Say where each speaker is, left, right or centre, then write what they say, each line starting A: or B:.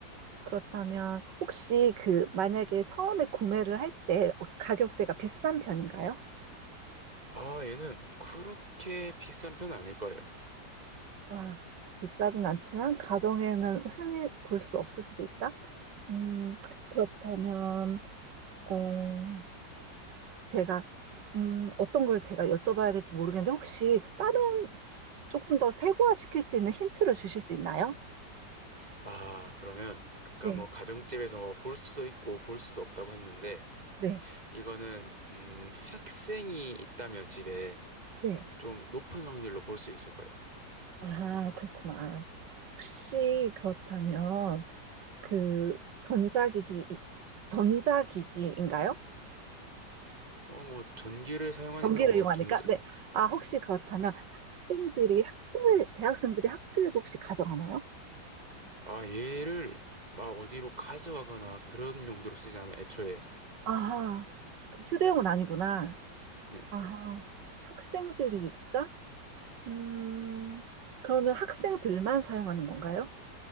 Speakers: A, on the right (about 80°); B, on the right (about 20°).
A: 그렇다면 혹시 그 만약에 처음에 구매를 할 때 가격대가 비싼 편인가요?
B: 아, 얘는 그렇게 비싼 편은 아닐 거예요.
A: 아, 비싸진 않지만 가정에는 흔히 볼 수 없을 수도 있다. 음, 그렇다면 어, 제가 음, 어떤 걸 제가 여쭤봐야 될지 모르겠는데 혹시 다른 조금 더 세부화시킬 수 있는 힌트를 주실 수 있나요?
B: 아, 그러면 아까
A: 네,
B: 뭐 가정집에서 뭐 볼 수도 있고 볼 수도 없다고 했는데
A: 네,
B: 이거는 음, 학생이 있다면 집에
A: 네.
B: 좀 높은 확률로 볼 수 있을 거예요.
A: 아, 그렇구나. 혹시 그렇다면 그 전자기기 전자기기인가요? 음,
B: 어, 뭐 전기를 사용하니까
A: 전기를
B: 뭐
A: 이용하니까
B: 전자
A: 네. 아, 혹시 그렇다면 학생들이 학교에 대학생들이 학교에도 혹시 가져가나요?
B: 아, 얘를 막 어디로 가져가거나 그런 용도로 쓰지 않아요. 애초에
A: 아 휴대용은 아니구나.
B: 네.
A: 아 학생들이 있다? 음, 그러면 학생들만 사용하는 건가요?